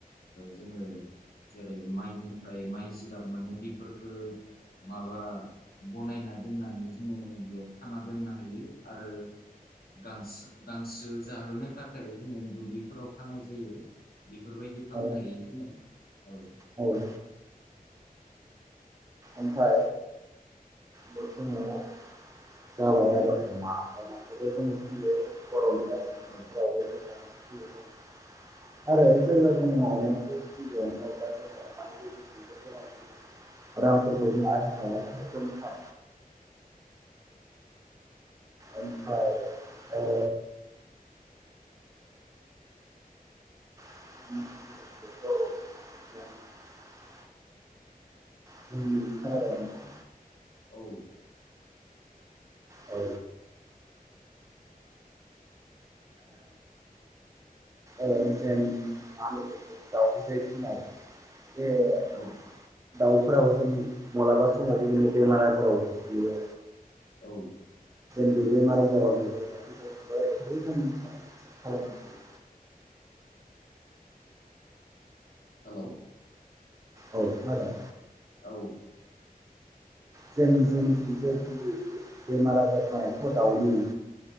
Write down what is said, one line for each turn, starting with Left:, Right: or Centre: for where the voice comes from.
Left: जोंङो जेरै माइनिफ्राय माइ जिगाब मोनो बेफोरफोरखौ माबा बनायना दोननानै जोंङो बेयाव खाना दोननो हायो। आरो गांसो गांसो जाहोनो थाखाय जोंङो दुब्लिफोराव खानाय जायो। बेफोरबायदि खालामामनो
Right: औ
Left: हायो जोंङो औ
Right: औ ओमफाय बे समाव जाबाय आरो अमा अमाखौबो जों फियो बर'नि गासैबो न'खरावबो
Left: ओ
Right: <unintelligible> आरो जेब्ला जोंङो अमाखौ फिगोन अब्ला जों अमानिफ्राय <unintelligible> रां फोरखौ जों आरजिनो हायो थ नोंथां। ओमफ्राय ओ <unintelligible> खोनाबाय नोंथां?
Left: औ
Right: औ ओ जेन मा लोगोखौ दाव जे फिनायाव <unintelligible>
Left: औ
Right: दाउफोराबो जों मालाबा समाव बिदिनो बेमार आजारफोराव गोग्लैयो।
Left: औ
Right: <unintelligible> जों बेमार आजार राव गोग्लैनायखौ जों बोरैहाय जों माजो थिग खालामनो हायो।
Left: हेलोव
Right: औ खोनादों।
Left: औ
Right: जों जों जि <unintelligible> आजार जानायखौ दाउनि